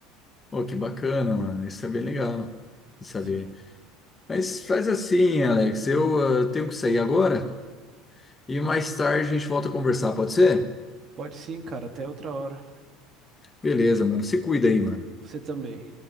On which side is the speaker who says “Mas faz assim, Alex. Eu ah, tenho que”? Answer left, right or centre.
Left